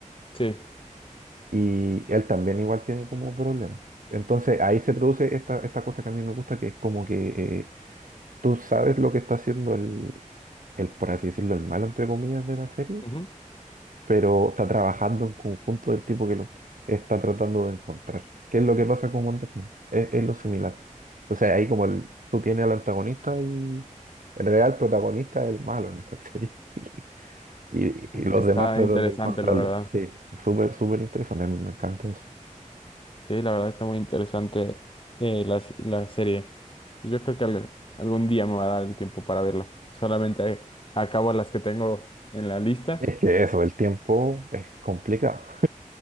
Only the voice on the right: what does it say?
y él también igual tiene como problemas. Entonces ahí se produce esta, esta cosa que a mí me gusta, que es como que eh, tú sabes lo que está haciendo el, el, por así decirlo, el malo, entre comillas, de la serie,
pero está trabajando en conjunto del tipo que lo está tratando de encontrar. ¿Qué es lo que pasa con Wonder Woman? Es, es lo similar. Entonces ahí como el, tú tienes al antagonista y en realidad el protagonista es el malo en esa serie. <laughs> Y, y los
demás tratan
de encontrarlo.
Sí, súper, súper interesante. Me me encanta eso.
Es que eso, el tiempo es complicado.